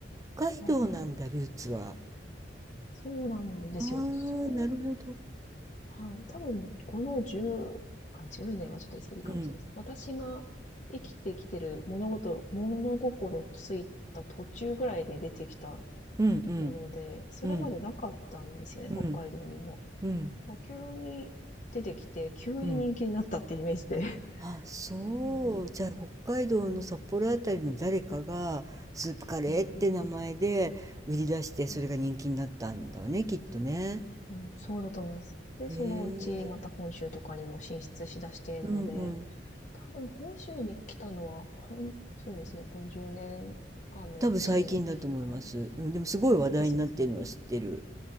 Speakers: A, on the right; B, on the left.
A: 北海道なんだ、
B: あ、ああ、
A: ルーツは。
B: そうなんですよ。
A: ああ、
B: それも、
A: なるほど。
B: はい、多分、この10、あ、1年はちょっと言い過ぎかもしれないです。
A: うん、
B: 私が生きてきてる物事、物心ついた途中ぐらいで出てきた
A: うん、うん、
B: もので、それまでなかったんですよね、
A: うん、うん、
B: 北海道にも。
A: うん、
B: もう急に出てきて、急に人気になったってイメージで。
A: うん。あ、そう。
B: <laughs> そうね。
A: じゃあ、北海道の札幌あたりの誰かが、
B: はい。
A: スープカレーって名前で売り出して、
B: うんうんはい。
A: それが人気になったんだわね、きっとね。
B: うん、そうだと思います。で、
A: へ
B: そのうちまた本州とかにも進出しだしてなので、
A: え。うんうん。
B: 多分本州に来たのは、ほん、そうですね、この10年間のうちに来たん
A: 多分最近だと思います。うん、でもすごい話題になってるのは知ってる。
B: ですよね。